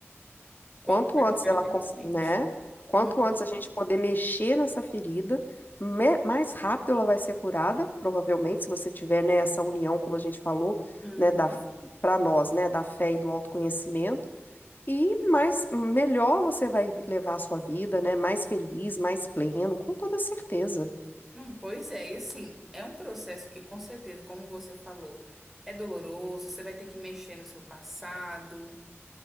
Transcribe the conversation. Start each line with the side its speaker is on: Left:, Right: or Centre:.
Left: Quanto
Centre: concordo
Left: antes
Centre: perfeitamente.
Left: ela, cons- né? Quanto
Centre: Uhum,
Left: antes a gente poder mexer nessa ferida, me- mais rápido ela vai ser curada, provavelmente, se você tiver, né, essa união, como a gente falou,
Centre: uhum.
Left: né, da para nós, né, da fé e do autoconhecimento, e mais melhor você vai levar a sua vida, né, mais feliz, mais pleno, com toda certeza.
Centre: Não, pois é, e assim, é um processo que com certeza, como você falou, é doloroso, você vai ter que mexer no seu passado,